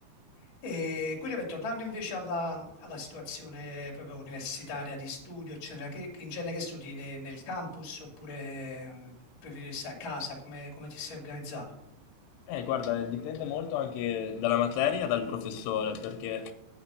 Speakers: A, on the left; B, on the left.
A: E quindi, vabbè, tornando invece alla, alla situazione proprio universitaria di studio, eccetera, che, che in genere che studi ne- nel campus oppure eh, preferisci stare a casa, come, come ti sei organizzato?
B: Eh, guarda, dipende molto anche dalla materia e dal professore, perché